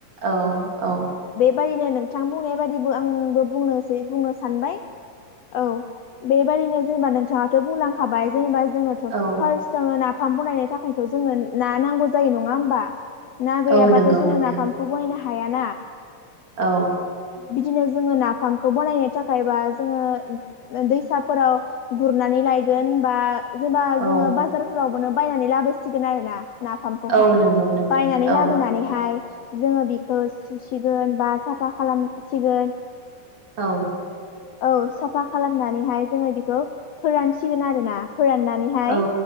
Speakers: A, on the right (about 50°); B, on the left (about 85°).
A: औ औ
B: थारैनो नोंथां बुंनाय बादैबो आंबो बुंनोसै बुंनो सानबाय औ बेबादिनो जेनेबा नोंथाङाथ' बुंलांखाबाय जेनेबा जोंङोथ'
A: औ
B: फार्स्टआवनो नाफाम बनायनो थाखायथ' जोंनो ना नांगौ जायो नङा होमबा? ना गैयाबाथ'
A: औ नंगौ
B: जोंङो
A: नोंथां
B: नाफाम खौ बनायनो हायाना
A: औ
B: बिदिनो जोङो नाफामखौ बनायनो थाखाय बा जोङो दैसाफोराव गुर लायगोन बा जेबा
A: औ
B: जोङो बाजारफोरावनो बायनानै लाबोसिगोन आरोना। नाफामखौहाय
A: औ नंगौ नोंथां
B: बायनानै
A: औ
B: लाबोनानैहाय जोङो बिखौ सुसिगोन बा साफा खालामसिगोन।
A: औ
B: औ साफा खालामनानैहाय जोङो बेखौ फोरानसिगोन आरो ना। फोराननानैहाय
A: औ